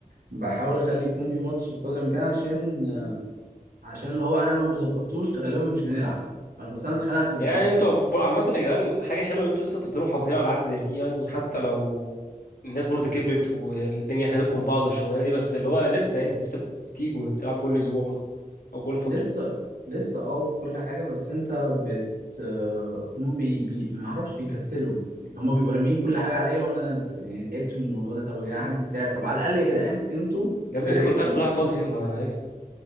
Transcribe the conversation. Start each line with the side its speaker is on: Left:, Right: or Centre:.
Right: بحاول اخلي يكون في ماتش بقدر الامكان عشان عشان اللي هو انا لو ما ظبطتوش غالبا مش هنلعب فانا بس انا اتخنقت من
Left: يعني
Right: الحوار
Left: انتوا ب- عامة يا جدعان حاجة حلوة ان انتوا لسه تفضلوا محافظين على العادة زي دي يعني حتى لو الناس برضه كبرت والدنيا خدتكم من بعض والشغلانة دي بس اللي هو لسه
Right: ده
Left: يعني لسه بتيجوا بتلعبوا كل اسبوع برضه او كل فترة
Right: لسه لسه اه كل حاجة بس انت بت آه، هم بي بي ما اعرفش بيكسلوا هم بيبقوا راميين كل حاجة عليا وانا يعني تعبت من الموضوع ده طب يا جدعان حد يساعد طب على الأقل يا جدعان انتوا
Left: يا ابني
Right: فرقتكوا
Left: طب ما انت قاعد رايح فاضي فيهم يا هيثم